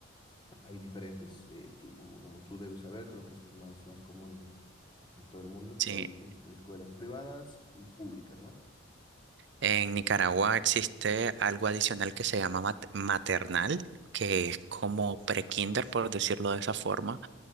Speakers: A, on the left; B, on the right.
A: Hay diferentes, eh, tú, como, como tú debes saber, creo que esto es más, más común en, en todo el mundo,
B: Sí,
A: que hay es- escuelas privadas y públicas, ¿no?
B: en Nicaragua existe algo adicional que se llama mat- maternal, que es como pre-kinder, por decirlo de esa forma